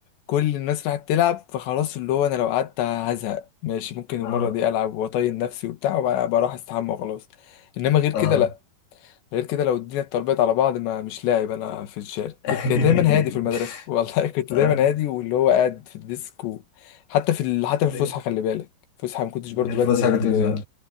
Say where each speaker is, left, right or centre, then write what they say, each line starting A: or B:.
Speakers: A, on the left (about 85°); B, on the left (about 65°).
A: كل الناس راحت تلعب فخلاص اللي هو انا لو قعدت هزهق ماشي ممكن
B: <laughs>
A: المره
B: اه
A: دي العب واطين نفسي وبتاع وبقى بروح استحمى وخلاص انما غير كده
B: اه
A: لا غير كده لو الدنيا اتربيت على بعض ما مش لاعب انا في الشارع
B: <laughs>
A: كنت دايما هادي في المدرسه <laughs> والله كنت
B: آه.
A: دايما هادي واللي هو قاعد في الديسك و... حتى في ال... حتى في
B: ده-
A: الفسحه خلي بالك فسحة ما كنتش
B: مش
A: برضو بنزل
B: بس حاجة توزع